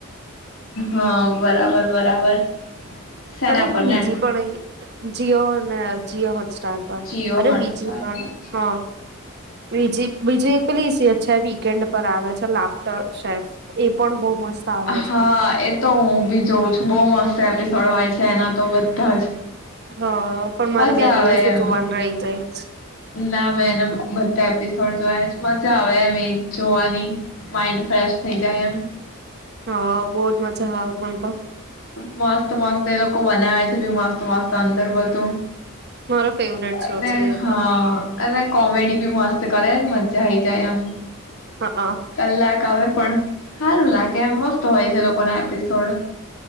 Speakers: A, on the left; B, on the right.
A: હા બરાબર બરાબર સેના
B: અરે
A: પર
B: બીજી
A: નેટ
B: પણ જીઓને જીઓ હોટસ્ટાર પણ
A: જીઓ
B: અરે
A: હોટસ્ટાર
B: બીજી પણ
A: પર
B: હ બજી બ પ્લીઝ છે વીકેન્ડ પર આવે છે લાફ્ટર શેફ એ પણ બહ મસ્ત આવે
A: હા
B: છે
A: એ તો હું ભી જોઉં છું. બહુ મસ્ત એપિસોડ હોય છે. એના તો બધા જ
B: હ પણ મારે
A: મજા
B: બે દિવસથી
A: આવે એમ
B: જોવાનું રહી જાય
A: ના મેં એને બધા એપિસોડ જોયા મજા આવે એમ જોવાની માઇન્ડ ફ્રેશ થઈ જાય એમ
B: હા બહુ મજા આવે મને તો
A: મા <unintelligible> મસ્ત મસ્ત એ લોકો બનાવે છે બી મસ્ત મસ્ત અંદર બધું
B: મારો ફેવરેટ શો
A: અને
B: છે એ
A: હા
B: તો
A: અને કોમેડી બી મસ્ત કરે મજા હઇ જાય આમ
B: હા
A: કલાક આવે પણ સારું લાગે કેમ મસ્ત હોય છે લોકોને સોડા